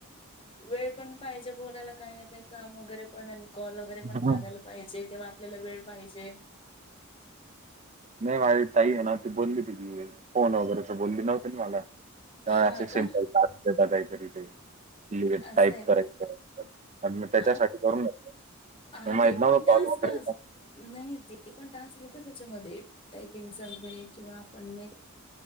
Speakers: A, on the left; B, on the right.
A: वेळ पण पाहिजे बोलायला काही, ना काही काम वगैरे पण आणि कॉल वगैरे. पण
B: हां.
A: लागायला पाहिजे तेव्हा, आपल्याला वेळ पाहिजे.
B: नाही माझी ताई आहे ना्हती बोलली, तिझी फोन वगैरेच बोलली नव्हती ना मला. काय
A: हा
B: असे सिम्पल
A: का
B: काहीतरी ते
A: असं
B: टाईप
A: आहे का
B: करायचं मी त्याच्यासाठी
A: हा
B: करून घेत
A: हा,
B: म म
A: ते
B: इतदा
A: पण टास्क
B: पालूगैर
A: नाही ते पण टान्स्क घेत त्याच्यामध्ये टायपिंगच वगैरे किंवा आपण